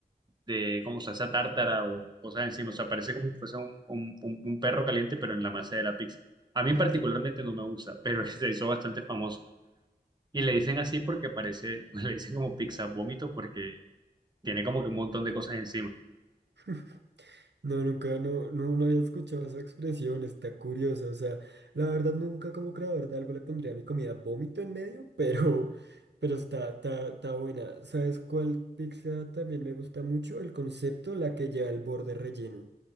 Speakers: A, on the right (about 25°); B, on the right (about 85°).
A: de como salsa tártara o cosas encima. O sea, parece como si fuese un, un, un- un perro caliente, pero en la masa de la pizza. A mí particularmente no me gusta, pero <laughs> se hizo bastante famoso. Y le dicen así porque parece, <laughs> le dicen como pizza vómito porque tiene como que un montón de cosas encima.
B: <laughs> No, nunca, no, no, no había escuchado esa expresión, está curiosa, o sea, la verdad nunca como creador de algo le pondría a mi comida vómito en medio, <laughs> pero, pero está, está, está buena. ¿Sabes cuál pizza también me gusta mucho? El concepto, la que lleva el borde relleno,